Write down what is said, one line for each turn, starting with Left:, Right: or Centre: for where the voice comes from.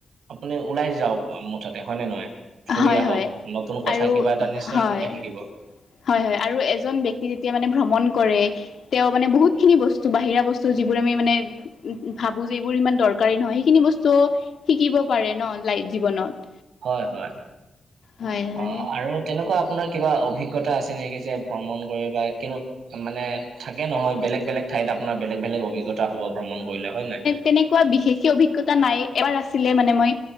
Right: আপুনি ওলাই যাওক মুঠতে হয়নে নহয়? ফুৰি
Left: হয়
Right: আহক,
Left: হয়
Right: নতুন কথা
Left: আৰু
Right: কিবা এটা নিশ্চয়
Left: হয়
Right: কিবা শিকিব।
Left: হয়, হয় আৰু এজন ব্যক্তি যেতিয়া মানে ভ্ৰমণ কৰে তেওঁ মানে বহুতখিনি বস্তু বাহিৰা বস্তু যিবোৰ আমি মানে উ ভাবো যে এইবোৰ ইমান দৰকাৰী নহয়। সেইখিনি বস্তুওঁ শিকিব পাৰে ন লাই জীৱনত।
Right: হয়, হয়।
Left: হয় হয়
Right: অ আৰু তেনেকুৱা আপোনাৰ কিবা অভিজ্ঞতা আছে নেকি যে ভ্ৰমণ কৰি বা কিনো মানে থাকে নহয় বেলেগ-বেলেগ ঠাইত আপোনাৰ বেলেগ-বেলেগ অভিজ্ঞতা হ'ব ভ্ৰমণ কৰিলে, হয় নাই?
Left: তেনেকুৱা বিশেষকে অভিজ্ঞতা নাই। এবাৰ আছিলে মানে মই